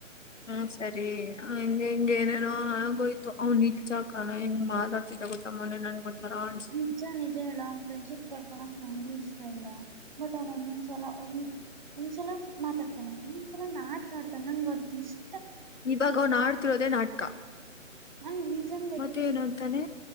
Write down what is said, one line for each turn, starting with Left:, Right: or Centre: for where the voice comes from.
Left: ಹ್ಮ್ ಸರಿ ಹಂಗ ಹಿಂಗ ಏನೇನೋ ಆಗೋಯ್ತು ಅವ್ ನಿಜ್ಜಾ ಕಣೆ ಹೆಂಗ್ ಮಾತಾಡ್ತಿದ್ದ ಗೊತ್ತ ಮೊನ್ನೆ ನನ್ ಹೊಂತಾರ --
Right: ನಿಜ ನಿಜ ಹೇಳ್ಲ ಅವನ್ ಫ್ರೆಂಡ್ಶಿಪ್ ಕಳ್ಕೋಳಕ್ ನಂಗು ಇಷ್ಟ ಇಲ್ಲ ಬಟ್ ಅವ್ನ್ ಒಂದೊಂದ್ಸಲ ಒನ್- ಒಂದ್ಸಲ ಮಾತಾಡ್ತಾನೆ ಒಂದ್ಸಲ ನಾಟ್ಕ ಆಡ್ತಾನ್ ನಂಗ ಅದ್ ಇಷ್-
Left: ಇವಾಗ ಅವ್ನ್ ಅಡ್ತಿರೋದೇ ನಾಟ್ಕ.
Right: ನನ್ ರೀಸನ್ ಬೇಕಿತ್ತು
Left: ಮತ್ತೇ ಏನಂತಾನೆ